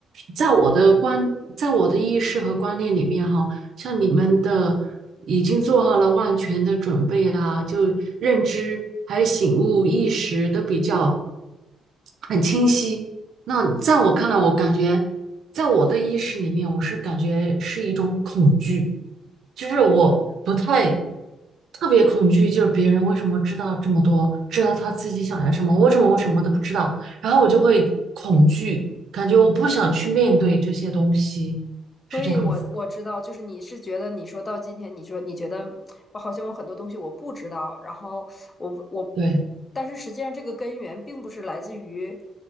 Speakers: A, on the right; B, on the left.
A: 在我的观，在我的意识和观念里面哈，像你们的已经做好了万全的准备啊，就认知还有醒悟意识都比较很清晰。那在我看来，我感觉在我的意识里面，我是感觉是一种恐惧。就是我不太特别恐惧，就是别人为什么知道这么多，知道他自己想要什么，为什么我什么都不知道，然后我就会恐惧，感觉我不想去面对这些东西，是这样子。
B: 所以我，我知道，就是你是觉得，你说到今天，你说你觉得我好像我很多东西我不知道，然后我我，
A: 对，
B: 但是实际上这个根源并不是来自于